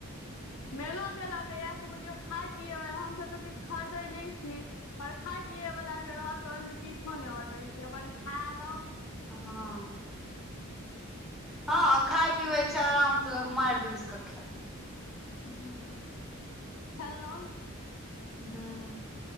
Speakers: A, on the left; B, in the centre.
A: मेलो जे लगैया से बुझियौ खाय पियैवला हमसभ तऽ किछ खरीदै नहि छी। पर खाय पियए वला जे रहत ओहिमे पीछो नहि हटै छै अपन खायलौ।
B: हां हँ खाय पीबे छै, आराम से लोक मारि दीस के खैत
A: हूँ खेललौ
B: हां